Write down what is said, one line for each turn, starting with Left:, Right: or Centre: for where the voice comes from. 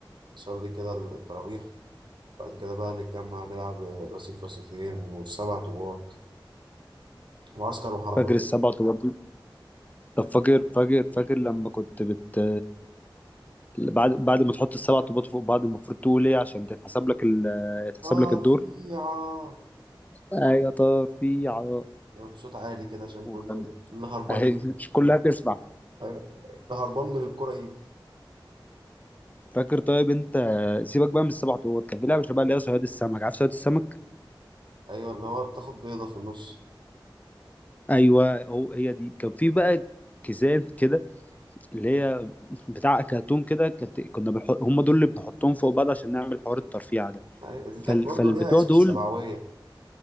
Right: نصلي كده التراويح بعد كده بقى نتجمع نلعب رصيف رصيفين والسبع طوبات وعسكر وحرامية
Left: فاكر السبعة وتمانية طب فاكر فاكر فاكر لما كنت بت بعد بعد ما تحط السبع طوبات فوق بعض المفروض تقول ايه عشان تتحسب لك ال... يتحسب
Right: نار
Left: لك الدور
Right: فيها
Left: ايوه طار في عار
Right: يبقى بصوت عالي كده عشان
Left: وكان
Right: كله اللي هربان
Left: أهي،
Right: ي-
Left: مش كلها تسمع
Right: أيوة، اللي هربان من الكرة يجي
Left: فاكر طيب انت سيبك بقى من السبع طوبات كان في لعبه شبه اللي هي صياد السمك عارف صياد السمك
Right: ايوه اللي هو بتاخد بيضة في النص
Left: ايوه هو هي دي كان في بقى كيسات كده اللي هي بتاع كرتون كده كانت كنا بنحط هم دول اللي بنحطهم فوق بعض عشان نعمل حوار الترفيع ده
Right: أيوة، اللي كان
Left: فال...
Right: برضه
Left: فالبتوع
Right: ليها اسم
Left: دول
Right: السبعوية